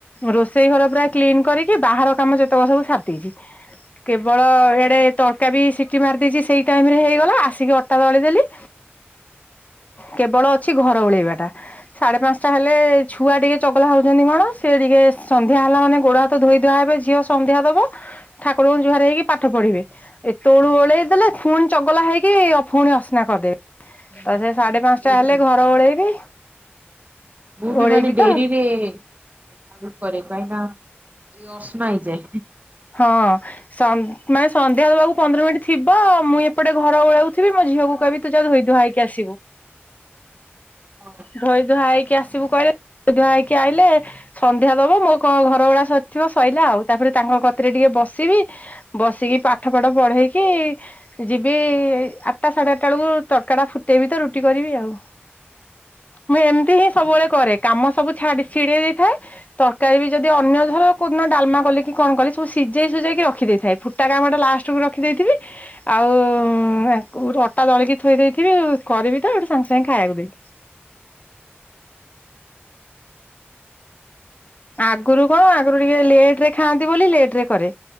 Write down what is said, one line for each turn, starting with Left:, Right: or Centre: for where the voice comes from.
Left: ରୋଷେଇ ଘର ପୁରା କ୍ଲିନ୍ କରିକି ବାହାର କାମ ଯେତେକ ସବୁ ସାରିଦେଇଚି। କେବଳ ଇଆଡ଼େ ତଡ଼କାବି ସିଟି ମାରି ଦେଇଚି ସେଇ ଟାଇମରେ ହେଇଗଲା ଆସିକି ଅଟା ଦଳିଦେଲି। କେବଳ ଅଛି ଘର ଓଳେଇବାଟା। ସାଢ଼େ ପାଞ୍ଚଟା ହେଲେ ଛୁଆ ଟିକେ ଚଗଲା ହେଉଛନ୍ତି କଣ ସିଏ ଟିକେ ସନ୍ଧ୍ୟା ହେଲା ମାନେ ଗୋଡ଼ ହାତ ତ ଧୋଇ ଧୁଆ ହେବେ ଝିଅ ସନ୍ଧ୍ୟା ଦବ ଠାକୁରଙ୍କୁ ଯୁହାର ହେଇକି ପାଠ ପଢିବେ। ଏତୋଳୁ ଓଳେଇ ଦେଲେ ପୁଣି ଚଗଲା ହେଇକି ପୁଣି ଅସିନା କରିଦେବି
Right: ହୁଁ,
Left: ତସେ ସାଢେ ପାଞ୍ଚଟା
Right: ମୁଁ
Left: ହେଲେ
Right: ବି
Left: ଘର ଓଳେଇବି।
Right: ମୁଁବି
Left: ଓଳେଇବି
Right: ମାନେ
Left: ତ
Right: ଡେରିରେ ଝାଡ଼ୁ କରେ କାହିଁକିନା ଏଅସନା ହେଇଯାଏ।
Left: ହଁ। ସ ମାନେ ସନ୍ଧ୍ୟା ଦେବାକୁ ପନ୍ଦର ମିନିଟ୍ ଥିବ ମୁଁ ଏପଟେ ଘର ଓଳୋଉଥିବି ମୋ ଝିଅକୁ କହିବି ତୁଜା ଧୋଇଦୁଆ ହେଇକି ଆସିବୁ।
Right: ହଁ।
Left: ଧୋଇ ଧୁଆହେଇକି ଆସିବୁ କହିଲେ ଧୋଇ ଧୁଆ ହେଇକି ଆଇଲେ ସନ୍ଧ୍ୟା ଦବ ମୋ କଣ ଘର ଓଳା ସରିଥିବ ସୋଇଲା ଆଉ ତାପରେ ତାଙ୍କ କତିରେ ଟିକେ ବସିବି ବସିକି ପାଠ ଫାଠ ପଢେଇକି ଯିବି ଆଠଟା ସାଢ଼େ ଆଠଟା ବେଳକୁ ତଡ଼କାଟା ଫୁଟେଇବିତ ରୁଟି କରିବି ଆଉ। ମୁଁ ଏମିତିହିଁ ସବୁବେଳେ କରେ କାମ ସବୁ ଛାଡ଼ି ଚିଡ଼େଇ ଦେଇଥାଏ ତରକାରୀବି ଯଦି ଅନ୍ୟ ଧର କୋଉଦିନ ଡ଼ାଲମା କଲି କି କଣ କଲି ସବୁ ସିଝେଇ ସୁଜାକିରଖି ଦେଇଥାଏ ଫୁଟା କାମଟା ଲାଷ୍ଟକୁ ରଖିଦେଇଥିବି ଆଉ <unintelligible> ଅଟା ଦଳିକି ଥୋଇ ଦେଇଥିବି କରିବିତ ହେଟୁ ସାଙ୍ଗେ ସାଙ୍ଗେ ଖାଇବାକୁ ଦେବି। ଆଗରୁ କଣ ଆଗରୁ ଟିକେ ଲେଟରେ ଖାଆନ୍ତି ବୋଲି ଲେଟରେ କରେ